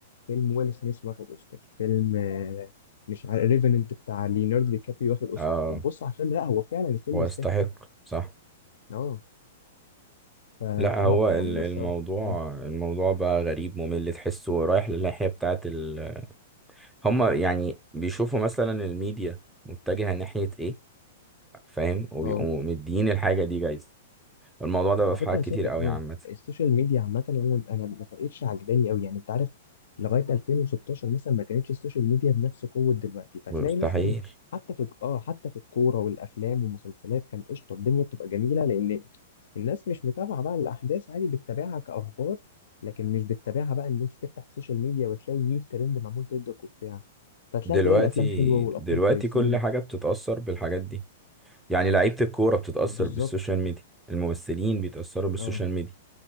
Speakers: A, on the left; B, in the centre.
A: فيلم ويل سميث واخد اوسكار فيلم آه، مش عارف ريفننت بتاع ليوناردو دي كابريو واخد اوسكار
B: اه
A: وبص على الفيلم لا هو فعلا الفيلم
B: هو
A: يستاهل
B: يستحق صح
A: اه ف-
B: لا
A: فلا
B: هو
A: يعني
B: ال-
A: انا
B: الموضوع
A: الصراحه آه.
B: الموضوع بقى غريب ممل تحسه رايح للناحية بتاعت ال... هما يعني بيشوفوا مثلا الميديا متجهة ناحية ايه فاهم وبيقوموا
A: اه
B: مديين الحاجة دي جايزة الموضوع ده بقى
A: على
B: في
A: فكره
B: حاجات
A: انا شايف
B: كتير
A: اه
B: قوي عامة
A: السوشيال ميديا عامه انا انا ما بقتش عجباني قوي يعني انت عارف لغايه 2016 مثلا ما كانتش السوشيال ميديا بنفس قوه دلوقتي فتلاقي
B: مستحيل
A: مثلا حتى في اه حتى في الكوره والافلام والمسلسلات كان قشطه الدنيا بتبقى جميله لان الناس مش متابعه بقى الاحداث عادي بتتابعها كاخبار لكن مش بتتابعها بقى ان انت تفتح السوشيال ميديا وتلاقي 100 ترند معمول ضدك وبتاع فتلاقي
B: دلوقتي
A: تلاقي الافلام حلوه والابطال
B: دلوقتي
A: كويسين
B: كل حاجة بتتأثر بالحاجات دي يعني لعيبة الكورة بتتأثر
A: بالظبط
B: بالسوشيال ميديا الممثلين بيتأثروا بالسوشيال
A: اه
B: ميديا